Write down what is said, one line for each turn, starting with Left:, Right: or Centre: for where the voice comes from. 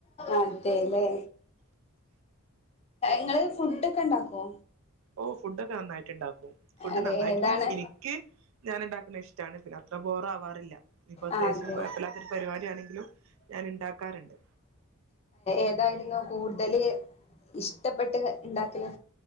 Left: അതെല്ലേ ങ്ങള് ഫുഡ ഒക്കെ ഉണ്ടാക്കുവോ
Right: ഓഹ് ഫുഡ് ഒക്കെ നന്നായിട്ട്ണ്ടാക്കും ഫുഡ്
Left: അതെ
Right: നന്നായിട്ട്
Left: ഏതാണ്
Right: <unintelligible> <unintelligible> ഞൻ ഉണ്ടാക്കുന്ന ഇഷ്ടണ് പിന്നെ അത്ര ബോറ ആവാറില്ല ഇപ്പൊ അത്യാവശ്യം
Left: ആഹ് അതെ
Right: എപ്പല്ലാത്തൊരു പരിപാടിയാണെങ്കിലും ഞാൻ ഉണ്ടാക്കാറുണ്ട്
Left: ഏതായിരുന്ന് കൂടുതല് ഇഷ്ടപ്പെട്ട് ഉണ്ടാക്കല്